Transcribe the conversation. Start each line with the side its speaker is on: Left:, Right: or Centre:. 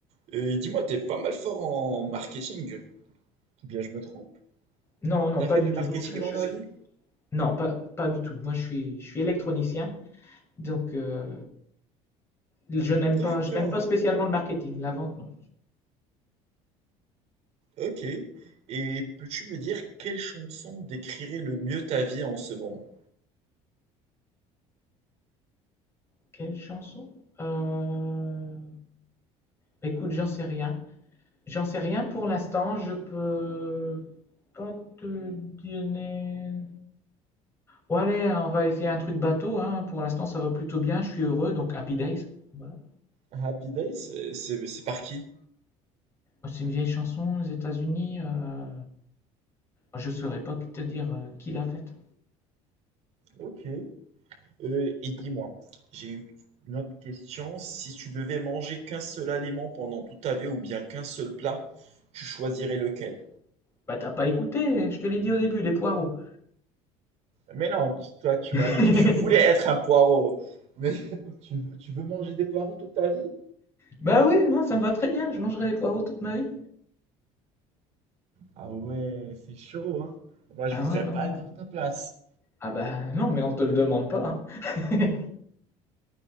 Right: Et dis-moi, t'es pas mal fort en marketing. Ou bien je me trompe.
Left: Non, non,
Right: T'as
Left: pas
Right: fait
Left: du
Right: du
Left: tout.
Right: marketing
Left: Non, je,
Right: dans
Left: je
Right: ta
Left: suis-
Right: vie?
Left: non, pas pas du tout. Moi, je suis je suis électronicien, donc euh, je n'aime
Right: D'accord.
Left: pas je n'aime pas spécialement le marketing, la vente, non.
Right: OK. Et peux-tu me dire quelle chanson décrirait le mieux ta vie en ce moment?
Left: Quelle chanson? Euh, Écoute, j'en sais rien. J'en sais rien pour l'instant. Je peux pas te donner. Bon allez, on va essayer un truc bateau, hein. Pour l'instant, ça va plutôt bien, je suis heureux, donc Happy Days. Voilà.
Right: Happy Days, heu, c'est c'est par qui?
Left: C'est une vieille chanson des États-Unis. euh, Je saurais pas te dire euh, qui l'a faite.
Right: OK. Euh, et dis-moi, j'ai une une autre question. Si tu devais manger qu'un seul aliment pendant toute ta vie ou bien qu'un seul plat, tu choisirais lequel?
Left: Bah t'as pas écouté, je te l'ai dit au début, les poireaux.
Right: Mais non, tu toi, tu
Left: <laughs>
Right: m'avais dit que tu voulais être un poireau. Mais <laughs> tu veux tu veux manger des poireaux toute ta vie?
Left: Bah oui, moi ça me va très bien, je mangerai les poireaux toute ma vie.
Right: Ah ouais, c'est chaud, hein. Moi, je
Left: Ah
Right: voudrais
Left: ouais, non.
Right: pas être à ta place.
Left: Ah bah non, mais on te le demande pas. hein. <laughs>